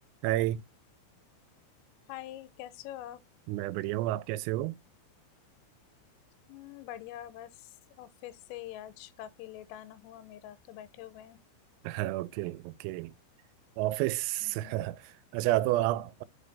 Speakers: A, on the right (about 85°); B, on the left (about 85°).
A: हाय
B: हाय कैसे हो आप
A: मैं बढ़िया हूँ आप कैसे हो
B: हम्म, बढ़िया बस ऑफिस से ही आज काफ़ी लेट आना हुआ मेरा तो बैठे हुए हैं
A: <laughs> ओके ओके ऑफिस
B: हम्म
A: <laughs> अच्छा तो आप